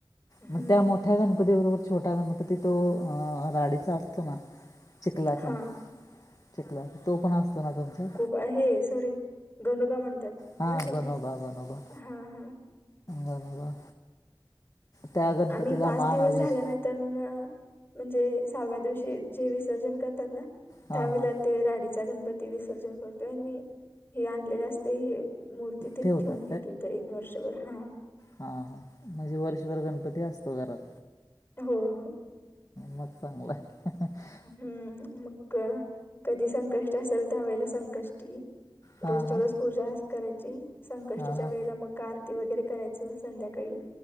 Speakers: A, on the left (about 25°); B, on the left (about 45°).
A: हम्म
B: म त्या मोठ <unintelligible> मोठठ्या गणपती बरोबर, छोटा गणपती तो राडीचा असतो ना- चिखलाचा,
A: हा
B: चिखलाचा तो पण असतो ना तुमचा.
A: हा हे सॉरी गनुबा म्हणतात.
B: हां,
A: ना त्याला
B: गणोबा, गणोबा,
A: हा हा
B: गणोबा. त्या गणपतीला
A: आम्ही पाच
B: मान
A: दिवस
B: अभिष
A: झाल्यानंतरन- म्हणजे सहाव्या दिवशी जे विसर्जन करतात ना
B: हां
A: त्यावेळा-
B: हां
A: ते राडीचा गणपती विसर्जन करतो आणि हे आणलेले असते हे- मूर्ती तिथे
B: ठेवतात
A: ठेवून घेत होत एक वर्षभर, हा.
B: हा, हा, म्हणजे वर्षभर गणपती असतो घरात.
A: हो. हो.
B: मग चांगलंय. ह <unintelligible>
A: हम्म मग काय कधी संकष्टी असल त्यावेळेला संकष्टी
B: हां
A: रोजच्या
B: हां
A: रोज पूजा करायची संकष्टीच्या
B: हां हां
A: वेळेला मग का आरती वगैरे करायचं संध्याकाळी.